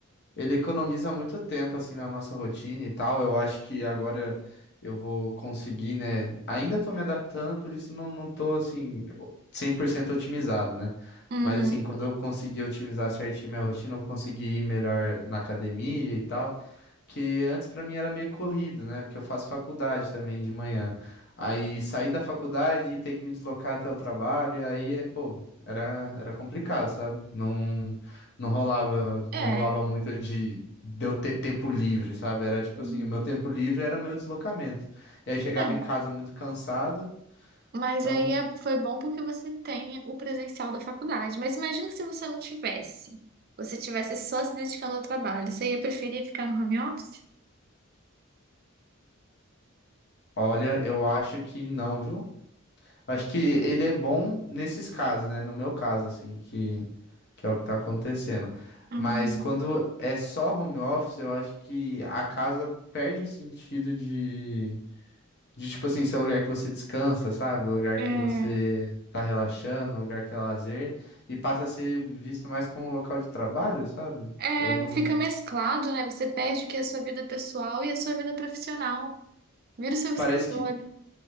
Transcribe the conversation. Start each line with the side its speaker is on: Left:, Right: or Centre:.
Left: ele economiza muito tempo, assim, na nossa rotina e tal, eu acho que agora eu vou conseguir, né, ainda tô me adaptando, por isso não, não tô, assim, 100% otimizado, né,
Right: Uhum.
Left: mas, assim, quando eu conseguir otimizar certinho minha rotina, eu vou conseguir ir melhor na academia e tal, que antes pra mim era meio corrido, né? Porque eu faço faculdade também de manhã. Aí sair da faculdade e ter que me deslocar até o trabalho, aí é, pô, era, era complicado, sabe? Não, não rolava, não
Right: É.
Left: rolava muito de, de eu ter tempo livre, sabe? Era tipo
Right: Hum,
Left: assim, o meu tempo livre era meu deslocamento. E aí chegava
Right: É.
Left: em casa muito cansado,
Right: Mas
Left: então,
Right: aí é- foi bom porque você tem o presencial da faculdade. Mas imagina se você não tivesse. Você tivesse só se dedicando ao trabalho. Você ia preferir ficar no home office?
Left: olha, eu acho que não, viu? Acho que ele é bom nesses casos, né? No meu caso, assim, que, que é o que tá acontecendo.
Right: Uhum.
Left: Mas quando é só home office, eu acho que a casa perde o sentido de, de tipo assim, ser o lugar que você descansa, sabe? O lugar
Right: É.
Left: que você tá relaxando, o lugar que é lazer, e passa a ser visto mais como um local de trabalho, sabe?
Right: É,
Left: Eu não.
Right: fica mesclado, né? Você perde o que é a sua vida pessoal e a sua vida profissional. Vira o seu
Left: Parece
Right: escritório.
Left: que